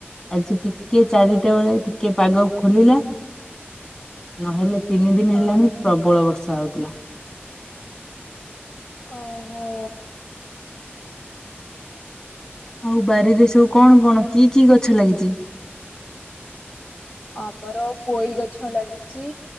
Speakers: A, on the left; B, on the left.
A: ଆଜି ଟିକେ ଚାରିଟା ବେଳେ ଟିକେ ପାଗ ଖୋଲିଲା। ନହେଲେ ତିନି ଦିନି
B: ହଁ
A: ହେଲାଣି ପ୍ରବଳ ବର୍ଷା ହଉଥିଲା।
B: ଓହୋ।
A: ଆଉ ବାରିରେ ସବୁ କଣ କଣ କି କି ଗଛ ଲାଗିଛି?
B: ଆମର ପୋଇ ଗଛ ଲାଗିଛି